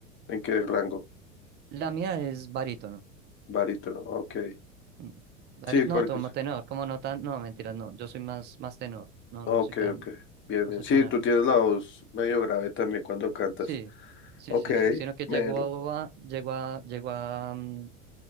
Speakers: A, on the left; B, on the right.
A: ¿En qué rango?
B: La mía es barítono.
A: Barítono, ok.
B: mm, barí-
A: Sí, porque,
B: no, tomo tenor, como no tan, no, mentira, no, yo soy más, más tenor, no,
A: Ah,
B: no
A: ok,
B: soy tan,
A: ok. Bien,
B: no
A: bien.
B: soy
A: Sí,
B: tan alto.
A: tú tienes la voz medio grave también cuando cantas.
B: Sí, sí,
A: Ok,
B: sí, sí, sino que
A: melo.
B: llegó a, llegó a, llegó a, mm,